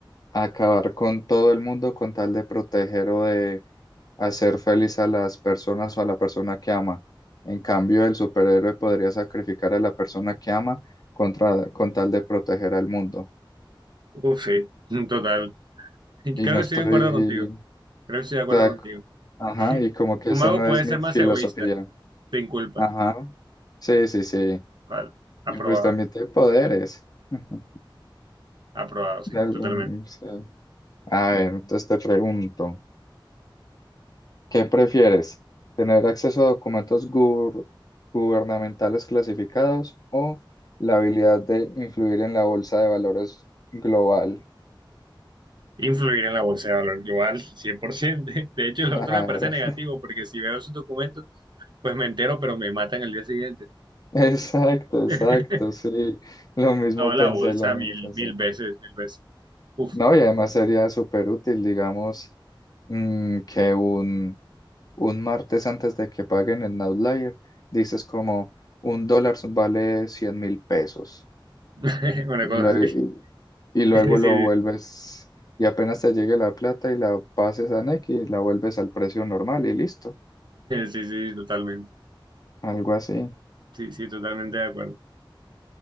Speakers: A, on the left; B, on the right.
A: acabar con todo el mundo con tal de proteger o de hacer feliz a las personas o a la persona que ama. En cambio, el superhéroe podría sacrificar a la persona que ama contra, con tal de proteger al mundo.
B: Uf, sí, mm, total. Creo
A: Y no
B: que
A: estoy,
B: estoy de acuerdo contigo. Creo que estoy de acuerdo
A: o sea,
B: contigo.
A: ajá,
B: <laughs>
A: y como que
B: Un
A: esa
B: mago
A: no
B: puede
A: es
B: ser
A: mi
B: más
A: filosofía.
B: egoísta, sin culpa.
A: Ajá. Sí, sí, sí.
B: Vale, aprobado,
A: Y pues también tiene poderes. <laughs>
B: aprobado, sí,
A: De algún-
B: totalmente.
A: sí. A ver, entonces te pregunto, ¿qué prefieres? ¿Tener acceso a documentos gur- gubernamentales clasificados o la habilidad de influir en la bolsa de valores global?
B: Influir en la bolsa de valor global, cien por ciento <laughs> De hecho, lo
A: Claro.
B: otro me parece negativo,
A: <laughs>
B: porque si veo esos documentos, pues me entero, pero me matan el día siguiente.
A: Exacto,
B: <laughs>
A: exacto, sí. Lo mismo
B: No, la
A: pensé,
B: bolsa
A: lo mismo
B: mil,
A: pensé.
B: mil veces, mil veces. Uf,
A: No, y además sería súper útil, digamos, mm, que un un martes antes de que paguen el outlier, dices como un dólar vale cien mil pesos
B: <laughs> una
A: y
B: cosa
A: luego,
B: así.
A: y,
B: <laughs>
A: y luego
B: Sí, sí,
A: lo vuelves y apenas te llegue la plata y la pases a Nequi y la vuelves al precio normal y listo,
B: sí, sí, totalmente.
A: algo así.
B: Sí, sí, totalmente de acuerdo.